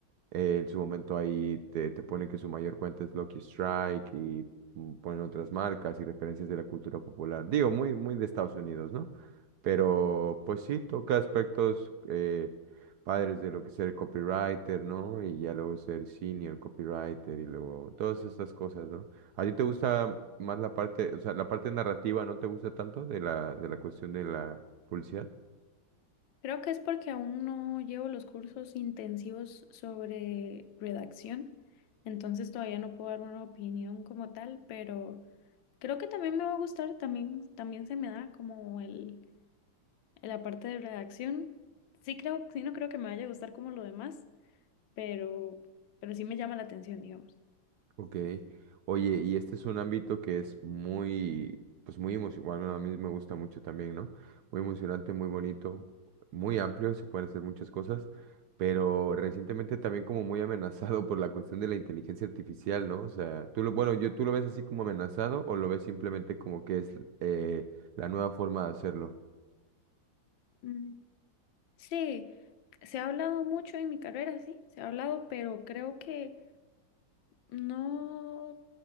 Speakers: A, on the right; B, on the left.
A: eh, en su momento ahí te, te pone que su mayor cuenta es Lucky Strike y mm, ponen otras marcas y referencias de la cultura popular. Digo, muy, muy de Estados Unidos, ¿no? Pero pues sí, toca aspectos eh, padres de lo que es ser copywriter, ¿no? Y ya luego ser senior copywriter y luego todas estas cosas, ¿no? ¿A ti te gusta más la parte, o sea, la parte narrativa no te gusta tanto de la, de la cuestión de la publicidad?
B: Creo que es porque aún no llevo los cursos intensivos sobre redacción, entonces todavía no puedo dar una opinión como tal, pero creo que también me va a gustar, también, también se me da como el, la parte de redacción. Sí creo, sí no creo que me vaya a gustar como lo demás. pero, pero sí me llama la atención, digamos.
A: Ok. Oye, y este es un ámbito que es muy, pues muy emocionante, bueno, a mí me gusta mucho también, ¿no? Muy emocionante, muy bonito, muy amplio, se pueden hacer muchas cosas, pero recientemente también como muy <laughs> amenazado por la cuestión de la inteligencia artificial, ¿no? O sea, tú lo, bueno, yo, ¿tú lo ves así como amenazado o lo ves simplemente como que es eh, la nueva forma de hacerlo?
B: Mm, sí, se ha hablado mucho en mi carrera, sí, se ha hablado, pero creo que no,